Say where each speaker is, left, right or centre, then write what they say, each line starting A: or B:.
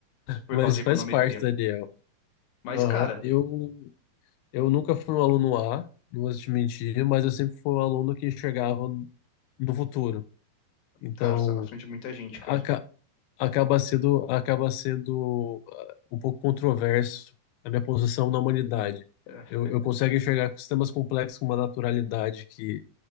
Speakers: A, on the left; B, on the left.
A: por
B: Mas
A: causa de econometria.
B: faz parte, Daniel.
A: Mas,
B: Aham.
A: cara,
B: Eu, eu nunca fui um aluno A, não vou te mentir, mas eu sempre fui um aluno que enxergava no futuro. Então,
A: cara, você tá na frente de muita gente,
B: aca-
A: cara.
B: acaba sendo, acaba sendo ah, um pouco controverso a minha posição na humanidade.
A: É.
B: Eu, eu consigo enxergar sistemas complexos com uma naturalidade que,